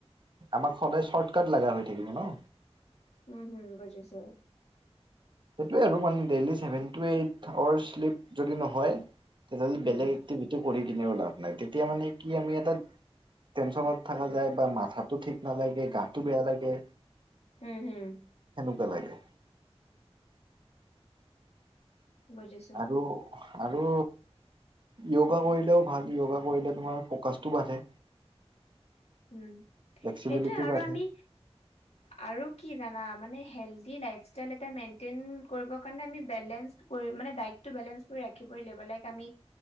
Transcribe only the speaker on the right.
আমাক সদায় চৰ্টকাট লগা হৈ থাকিব ন।
সেইটোৱে আৰু মানে daily seven to eight hour sleep যদি নহয়, তেতিয়া হ'লে
বেলেগ এক্টিভিটি কৰি কিনেও লাভ নাই তেতিয়া মানে কি আমি এটা টেনচনত থকা যায় বা মাথাটো ঠিক নালাগে, গাটো বেয়া লাগে।
নুকা লাগে।
আৰু আৰু য়োগা কৰিলেও ভাল, য়োগা কৰিলে তোমাৰ ফ'কাছটো বাঢ়ে।
ফ্লেক্সিবিলিটি
বাঢ়ে